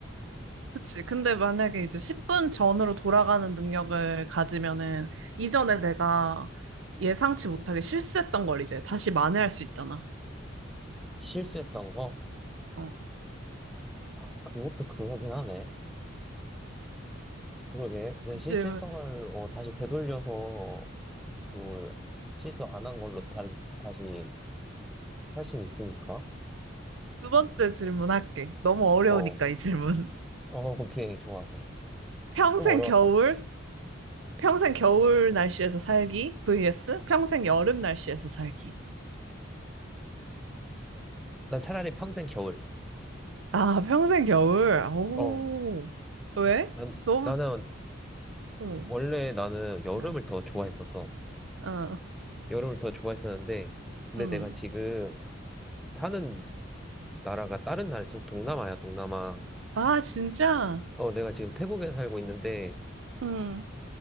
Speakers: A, on the right; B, in the centre.
A: 그치. 근데 만약에 이제 10분 전으로 돌아가는 능력을 가지면은 이전에 내가 예상치 못하게 실수했던 걸 이제 다시 만회할 수 있잖아.
B: 실수했던 거?
A: 어.
B: 아, 그것도 그러긴 하네. 그러게. 내가
A: 이
B: 실수했던
A: 질문.
B: 걸 어, 다시 되돌려서 뭘 실수 안 한 걸로 다, 다시 할 수 있으니까.
A: 두 번째 질문 할게. 너무 어려우니까
B: 어,
A: 이 질문.
B: <laughs>
A: <laughs>
B: 어, 오케이, 좋아.
A: 평생
B: 좀 어려웠다.
A: 겨울? 평생 겨울 날씨에서 살기? vs 평생 여름 날씨에서 살기.
B: 난 차라리 평생 겨울.
A: 아, 평생 겨울. 오.
B: 어,
A: 왜?
B: 난,
A: 너무,
B: 나는
A: 어,
B: 원래 나는 여름을
A: 아,
B: 더 좋아했었어.
A: 어,
B: 여름을 더 좋아했었는데, 근데
A: 음.
B: 내가 지금 사는 나라가 다른 나라, 저 동남아야, 동남아.
A: 아, 진짜?
B: 어, 내가 지금 태국에 살고 있는데,
A: 응.